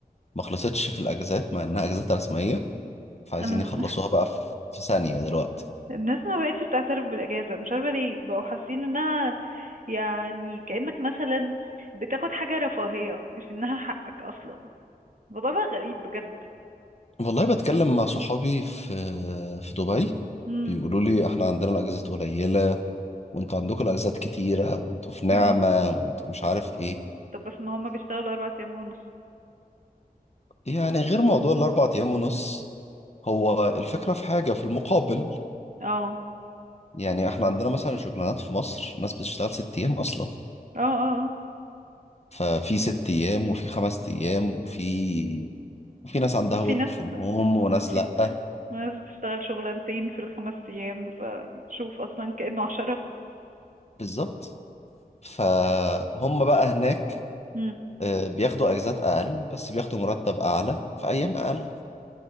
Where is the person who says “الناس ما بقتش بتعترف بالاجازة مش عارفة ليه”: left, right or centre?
Right